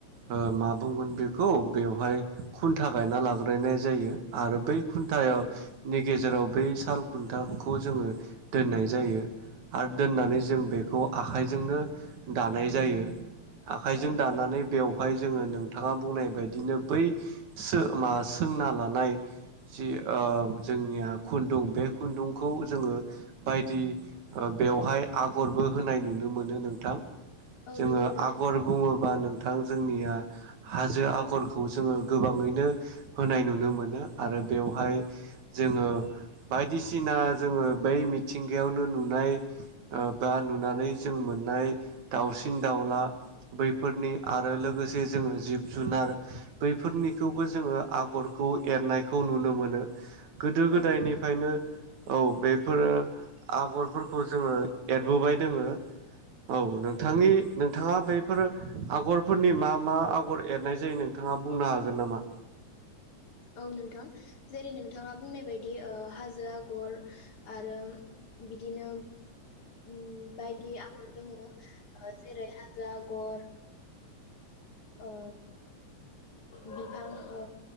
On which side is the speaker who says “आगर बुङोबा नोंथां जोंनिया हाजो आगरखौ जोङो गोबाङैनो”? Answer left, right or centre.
Right